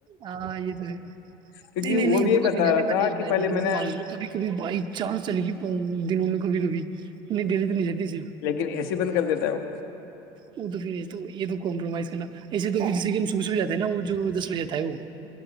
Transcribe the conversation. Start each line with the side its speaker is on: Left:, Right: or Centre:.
Right: ہاں یہ تو ہے نہیں
Left: کیونکہ
Right: نہیں نہیں
Left: بھی
Right: وہ
Left: یہ
Right: تو
Left: بتا
Right: نہیں جاتی
Left: رہا
Right: ہماری
Left: تھا کہ
Right: لائف
Left: پہلے
Right: طرف
Left: میں نے
Right: مس لو کبھی کبھی بائی چانس چلے گی دنوں میں کبھی کبھی نہیں دلی ت نہیں جتی
Left: لیکن ایسے ہی بند کر دیتا ہے وہ
Right: وہ تو پھر تو یہ تو کمپرومائز کرنا ایسے توھر ج صبح صبح جاتا ہے نا وہ جو دس بجے جاتا ہے وہ